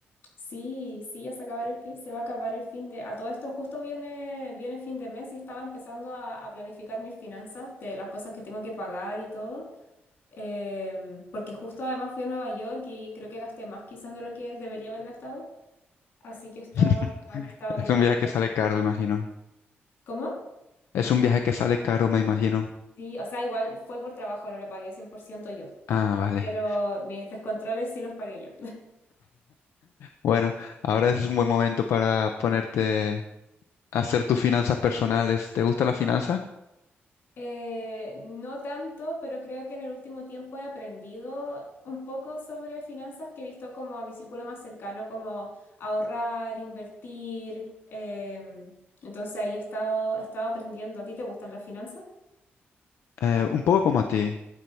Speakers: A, on the left; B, on the left.
A: Sí, sí, ya se acabar el fin, se va a acabar el fin de... A todo esto justo viene, viene fin de mes y estaba empezando a, a planificar mis finanzas, de las cosas que tengo que pagar y todo, em, porque justo además fui a Nueva York y creo que gasté más quizás de lo que debería haber gastado, así que estaba,
B: <laughs>
A: estaba
B: Es
A: viendo
B: un viaje
A: un poco.
B: que sale caro, imagino.
A: ¿Cómo?
B: Es un viaje que sale caro, me imagino.
A: Sí, o sea, igual fue por trabajo, no lo pagué 100% yo,
B: Ah, vale.
A: pero mis descontroles sí los pagué yo.
B: Bueno, ahora es un buen momento para ponerte a hacer tus finanzas personales. ¿Te gusta la finanza?
A: Eh, no tanto, pero creo que en el último tiempo he aprendido un poco sobre finanzas que he visto como a mi círculo más cercano, como ahorrar, invertir. em, entonces ahí he estado, he estado aprendiendo. ¿A ti te gustan las finanzas?
B: Eh, un poco como a ti.